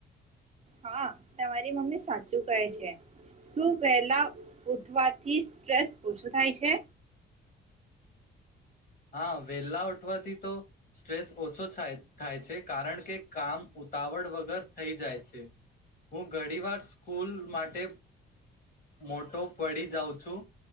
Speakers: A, on the right; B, on the left.
A: હા તમારી મમ્મી સાચું કહે છે. શું વહેલા ઉઠવાથી સ્ટ્રેસ ઓછું થાય છે?
B: હા વેલા ઉઠવાથી તો સ્ટ્રેસ ઓછો થાય થાય છે કારણ કે કામ ઉતાવળ વગર થઈ જાય છે. હું ઘણી વાર સ્કૂલ માટે મોટો પડી જાઉં છું,